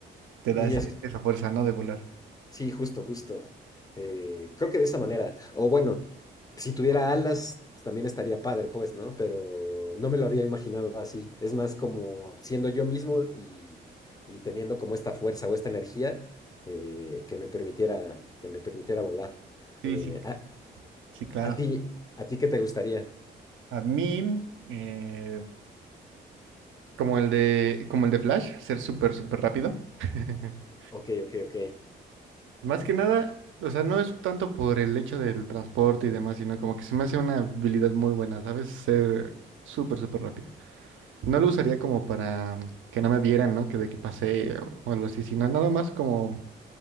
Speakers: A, on the right; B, on the left.
A: te da
B: Y
A: ese-
B: es
A: esa fuerza, ¿no? De volar.
B: Sí, justo, justo. Eh, creo que de esa manera. O bueno, si tuviera alas, pues, también estaría padre, pues, ¿no? Pero no me lo había imaginado así. Es más como siendo yo mismo y, y teniendo como esta fuerza o esta energía eh, que me permitiera, que me permitiera volar.
A: Sí,
B: Eh,
A: sí,
B: a,
A: sí, claro.
B: a ti, ¿a ti qué te gustaría?
A: A mí, eh, Como el de, como el de Flash, ser súper, súper rápido. <laughs>
B: Ok, ok, ok.
A: Más que nada, o sea, no es tanto por el hecho del transporte y demás, sino como que se me hace una habilidad muy buena, ¿sabes? Ser súper, súper rápido. No lo usaría como para que no me vieran, ¿no? Que de que pasé o, o algo así, sino nada más como